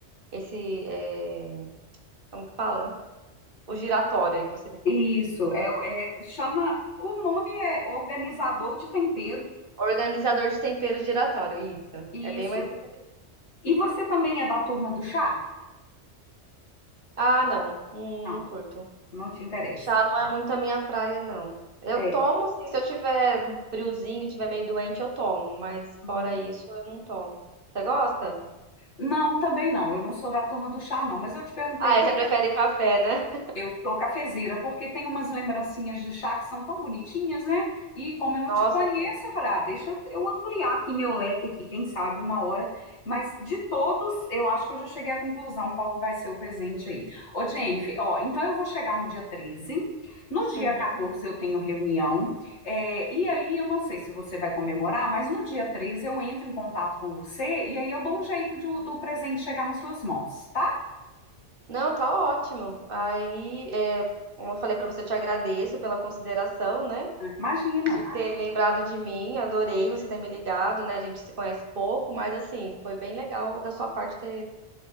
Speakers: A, on the right; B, on the left.
A: esse é, como que fala? O giratório aí que você me falou.
B: Isso, é, é- chama, o nome é organizador de tempero,
A: Organizador de temperos giratório, isso.
B: isso.
A: É bem mais interessante.
B: E você também é da turma do chá?
A: Ah, não, não,
B: Não,
A: não curto.
B: não te interessa.
A: Chá não é muito a minha praia, não. Eu
B: É.
A: tomo, sim, se eu tiver friozinho, tiver meio doente, eu tomo, mas
B: uhum.
A: fora isso, eu não tomo. Você gosta?
B: Não, também não, eu não sou da turma do chá, não, mas eu te perguntei
A: Ah, é, você prefere café, né?
B: Eu sou cafezeira, porque tem umas lembrancinhas de chá que são tão bonitinhas, né? E como eu não
A: Nossa,
B: te conheço,
A: tem.
B: eu falei, ah, deixa eu ampliar aqui meu leque aqui, quem sabe uma hora. Mas de todos, eu acho que eu já cheguei à conclusão qual que vai ser o presente aí. Ô, Jennifer, ó, então eu vou chegar no dia 13. No dia
A: Uhum.
B: 14 eu tenho reunião. é, e aí eu não sei se você vai comemorar, mas no dia 13 eu entro em contato com você e aí eu dou um jeito de do presente chegar nas suas mãos, tá?
A: Não, tá ótimo. Aí, é, como eu falei pra você, eu te agradeço pela consideração, né?
B: Imagina.
A: De ter lembrado de mim, adorei você ter me ligado, né? A gente se conhece pouco, mas assim, foi bem legal da sua parte ter